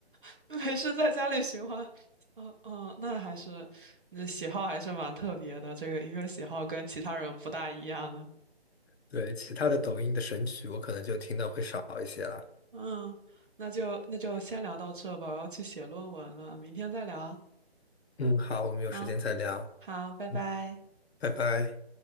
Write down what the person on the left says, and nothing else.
对，其他的抖音的神曲我可能就听的会少一些了。
嗯，好，我们有时间再聊，
嗯，拜拜。